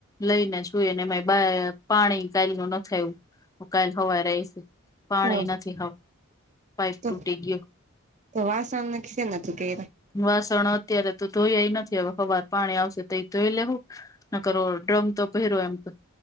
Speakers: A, on the left (about 15°); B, on the right (about 35°).
A: લઈને સુએ ને એમાંય બા પાણી કાઇ નુ નથ આયવું. હુંકાલે હવારે આયિશે પાણી
B: હા
A: નથી હાવ પાઈપ
B: તો
A: તૂટી ગયો.
B: તો વાસન સેનાથી કઈરા.
A: વાસણ અત્યારે તો ધોયાય નથી હવે હવાર પાણી આવશે તો એ ધોઈ લેહું નકર ડ્રમ તો ભયરો એમ તો